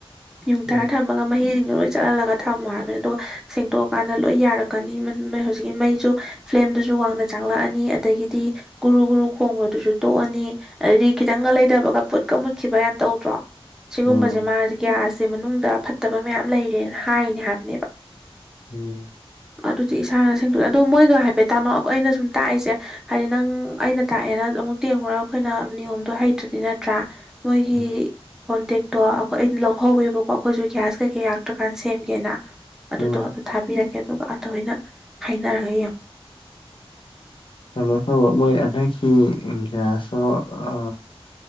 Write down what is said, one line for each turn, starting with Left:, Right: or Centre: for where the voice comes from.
Centre: ꯌꯨꯡꯊꯔ
Left: ꯎꯝ
Centre: ꯊꯝꯃꯒ ꯃꯍꯤꯁꯤꯡꯗꯣ ꯂꯣꯏ ꯆꯠꯍꯜꯂꯒ ꯊꯝꯃꯣ ꯍꯥꯏꯕꯅꯤ ꯑꯗꯨꯒ ꯁꯦꯡꯇꯣꯛꯑꯀꯥꯟꯗ ꯂꯣꯏ ꯌꯥꯔꯛꯀꯅꯤ ꯅꯣꯏ ꯍꯧꯖꯤꯛꯀꯤ ꯃꯩꯖꯨ ꯐ꯭ꯂꯦꯝꯗꯨꯁꯨ ꯋꯥꯡꯅ ꯆꯥꯛꯂꯛꯑꯅꯤ ꯑꯗꯒꯤꯗꯤ ꯒꯨꯔꯨ ꯒꯨꯔꯨ ꯈꯣꯡꯕꯗꯨꯁꯨ ꯇꯣꯛꯑꯅꯤ ꯑꯗꯩꯗꯤ ꯈꯤꯇꯪꯒ ꯂꯩꯗꯕꯒ ꯄꯨꯨꯠꯀ ꯃꯨꯠꯈꯤꯕ ꯌꯥꯝ ꯇꯧꯗ꯭ꯔꯣ꯫ ꯁꯤꯒꯨꯝꯕꯁꯦ
Left: ꯎꯝ
Centre: ꯃꯥꯁꯦ ꯒ꯭ꯌꯥꯁꯁꯦ ꯃꯅꯨꯡꯗ ꯐꯠꯇꯕ ꯃꯌꯥꯝ ꯂꯩꯔꯦꯅ ꯍꯥꯏꯔꯤꯅꯦ ꯍꯥꯏꯕꯅꯦꯕ꯫
Left: ꯎꯝ꯫
Centre: ꯑꯗꯨꯗꯤ ꯏꯁꯥꯅ ꯁꯦꯡꯗꯣꯛꯑꯦ ꯑꯗꯣ ꯃꯣꯏꯒ ꯍꯥꯏꯐꯦꯠ ꯇꯥꯅꯧ ꯑꯩꯅ ꯁꯨꯝ ꯇꯥꯛꯏꯁꯦ ꯍꯥꯏꯗꯤ ꯅꯪ ꯑꯩꯅ ꯇꯥꯛꯑꯦꯅ ꯑꯃꯨꯛ ꯇꯦꯡꯉꯨꯔꯒ ꯑꯩꯈꯣꯏꯅ ꯅꯤꯌꯣꯝꯗꯣ ꯍꯩꯇ꯭ꯔꯗꯤ ꯅꯠꯇ꯭ꯔꯥ ꯃꯣꯏꯒꯤ
Left: ꯎꯝ
Centre: ꯀꯣꯟꯇꯦꯛ ꯇꯣ ꯑꯩꯈꯣꯏ ꯑꯩꯅ ꯂꯧꯍꯧꯋꯦꯕꯀꯣ ꯑꯩꯈꯣꯏꯁꯨ ꯒ꯭ꯌꯥꯁ ꯀꯩꯀꯩ ꯌꯥꯛꯇ꯭ꯔꯀꯥꯟ ꯁꯦꯝꯒꯦꯅ ꯑꯗꯨꯗꯣ
Left: ꯎꯝ
Centre: ꯑꯗꯨ ꯊ ꯄꯤꯔꯛꯀꯦ ꯑꯗꯨꯒ ꯑꯗ ꯑꯣꯏꯅ ꯍꯥꯏꯅꯔꯒ ꯌꯦꯡꯉꯨ꯫
Left: ꯀꯩꯅꯣ ꯇꯧꯕ ꯃꯣꯏ ꯑꯗꯨꯒꯤ ꯒ꯭ꯌꯥꯁꯇꯣ ꯑ